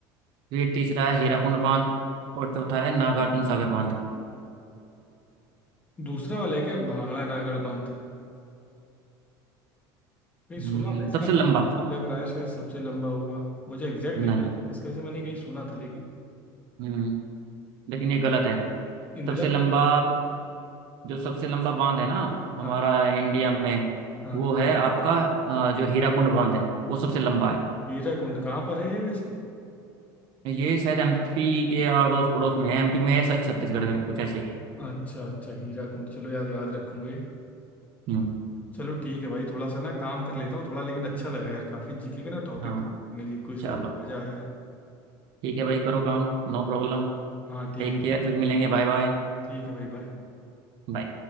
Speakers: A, on the right; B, on the left.
A: फिर तीसरा है हीराकुंड बांध और चौथा है नागार्जुन सागर बांध
B: दूसरा वाला है क्या भांगड़ा नागड़ बांध कहीं
A: हम्म,
B: सुना था इसका
A: सबसे
B: नाम
A: लंबा
B: लग रहा है शायद सबसे लंबा होगा मुझे एग्जैक्ट नहीं
A: नहीं
B: पता इसका से मैंने कहीं सुना था लेकिन
A: हम्म, लेकिन ये गलत है
B: इंदिरा
A: सबसे लंबा
B: गांधी-
A: जो सबसे लंबा बांध है ना हमारा
B: हाँ
A: इंडिया में
B: हाँ
A: वो है आपका अ, जो हीराकुंड बांध है वो सबसे लंबा है
B: हीरा कुंड कहाँ पर है ये वैसे
A: ये शायद एमपी के अड़ोस पड़ोस में है एमपी में है शायद छत्तीसगढ़ में कुछ ऐसा ही है।
B: अच्छा अच्छा हीरा कुंड चलो यार याद रखूंगा ये
A: हम्म
B: चलो ठीक है भाई थोड़ा सा ना काम कर लेता हूँ थोड़ा लेकिन अच्छा लगा यार काफी जीके का ना टॉपिक
A: हाँ
B: क्विज
A: चलो
B: करके मजा आया
A: ठीक है भाई करो काम नो प्रॉब्लम
B: हाँ ठीक
A: टेक केयर
B: है भाई
A: फिर मिलेंगे बाय बाय
B: ठीक है भाई बाय
A: बाय